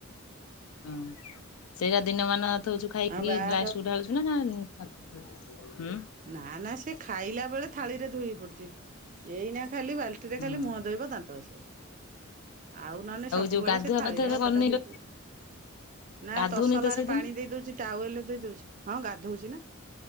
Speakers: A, on the left; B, on the right.
A: ହଁ।
B: ଆଉ ବାହାର
A: ହୁଁ।
B: ନା ନା ସେ ଖାଇଲା ବେଳେ ଥାଳିରେ ଧୋଇ ପଡୁଚି ଏଇନା ଖାଲି ବାଲ୍ ଟିରେ
A: ହୁଁ
B: ଖାଲି ମୁହଁ ଧୋଇବ ଦାନ୍ତ ଘସିବ। ଆଉ ନହେଲେ ସବୁବେଳେ
A: ଯୋଉ ଗାଧୁଆ
B: ସେ ଥାଳିରେ
A: ପାଧୁଆ
B: ହାତ
A: କରିନି
B: ଟା
A: ଲୋ
B: ଧୋଇଦଉଚି। ନା
A: ଗାଧଉନି
B: ତସଲାରେ
A: ତ ସେଇଦିନ।
B: ପାଣି ଦେଇ ଦଉଚି ଟାୱେଲ୍ ଦେଇ ଦେଉଚି